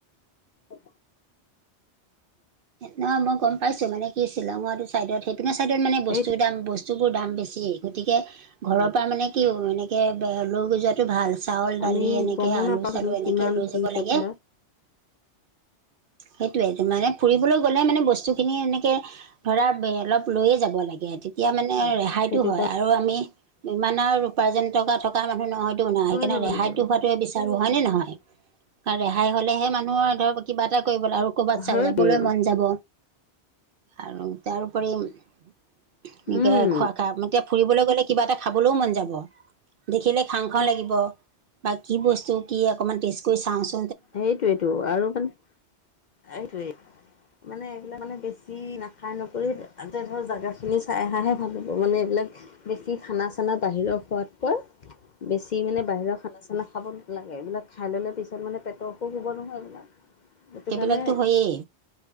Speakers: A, on the left (about 55°); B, on the right (about 60°).
A: অ'
B: নহয় মই গম পাইছো মানে কি শ্বিলংৰ সেইটো চাইডত সেই আপোনাৰ ছাইডত মানে বস্তুৰ
A: সেইটোৱেই
B: দাম বস্তুবোৰ দাম বেছিয়ে গতিকে ঘৰৰ পৰা মানে কি হব এনেকে বে লৈ গৈ যোৱাতকে। এইটো ভাল চাউল দালি
A: আমি
B: এনেকে
A: গমো
B: আলু
A: নাপালোঁ
B: চালু এনেকে
A: কিমান
B: লৈ
A: কি
B: যাব
A: কথা
B: লাগে। সেইটোয়ে মানে ফুৰিবলৈ গ'লে মানে বস্তু খিনি এনেকে। ধৰা অলপ লৈয়ে যাব লাগে তেতিয়া মানে ৰেহাই। সহায়তো
A: সেইটো
B: হয়
A: কাৰণে
B: আৰু আমি ইমান আৰু উপাৰ্জনকা থকা মানুহ নহয়। সেইটো নহয়
A: লৈ
B: সেইকাৰণে
A: যাব লাগিব
B: ৰেহাইতটো হোৱাটো বিচাৰো হয় নে নহয় কাৰণ ৰেহাই হলেহে মানুহৰ ধৰক কিবা এটা। কৰিব আৰু কৰ'বাত চাব
A: সেইটোৱেই
B: যাবলৈ মন যাব। আৰু তাৰউপৰি এনেকে
A: উম
B: খোৱা খা এতিয়া ফুৰিবলৈ গ'লে কিবা এটা খাবলৈও মন যাব। দেখিলে খাওঁ খাওঁ লাগিব বা কি বস্তু কি অকণমান টেষ্ট কৰি চাওঁচো
A: সেইটোয়েইটো আৰু মানে এইটোৱে মানে এইবিলাক মানে বেছি নাখাই নকৰি তাতে ধৰ জেগাখিনি চাই অহাহে ভাল হ'ব মানে এইবিলাক বেছি খানা - চানা বাহিৰৰ খোৱাতকৈ বেছি মানে বাহিৰৰ খানা - চানা খাব নালাগে এইবিলাক খাই ল'লে পিছত মানে পেটৰ অসুখ হব নহয় এইবিলাক। সেইটো
B: সেইবিলাকতো
A: কাৰণে
B: হয়েই।